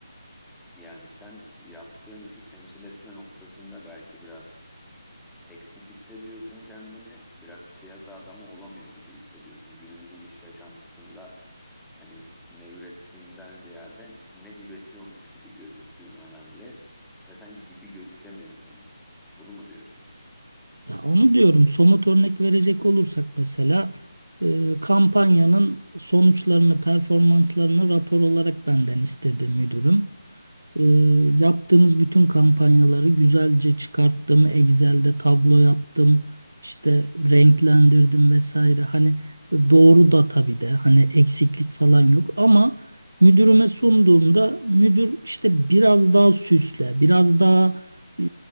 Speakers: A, in the centre; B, on the right.
A: Yani sen yaptığın işi temsil etme noktasında belki biraz eksik hissediyorsun kendini, biraz piyasa adamı olamıyor gibi hissediyorsun. Günümüzün iş yaşantısında hani ne ürettiğinden ziyade ne üretiyormuş gibi gözüktüğün önemli ve sen gibi gözükemiyorsun. Bunu mu diyorsun?
B: Ya onu diyorum somut örnek verecek olursak mesela e, kampanyanın sonuçlarını, performanslarını rapor olarak benden istedi müdürüm. E, yaptığımız bütün kampanyaları güzelce çıkarttım. Excel'de tablo yaptım. işte renklendirdim vesaire. Hani doğru da tabii de hani eksiklik falan yok ama müdürüme sunduğumda müdür işte biraz daha süsle, biraz daha e,